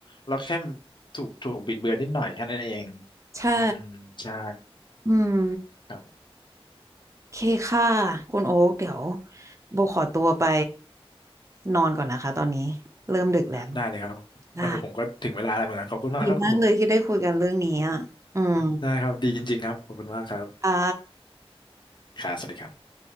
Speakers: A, on the left (about 50°); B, on the right (about 30°).
A: เราแค่ถูกถูกบิดเบือนนิดหน่อยแค่นั้นเอง
B: ใช่
A: อืมใช่
B: อืม
A: ครับ
B: เคค่ะ คุณโอ๊กเดี๋ยวโบขอตัวไปนอนก่อนนะคะตอนนี้เริ่มดึกแล้ว
A: ได้เลยครับเออผมก็ถึงเวลาแล้วเหมือนกันขอบคุณมากครับคุณโบ
B: ได้ดีมากเลยที่ได้คุยกันเรื่องนี้อ่ะ อืม
A: ได้ครับดีจริงๆครับขอบคุณมากครับ
B: ค่ะ
A: ครับสวัสดีครับ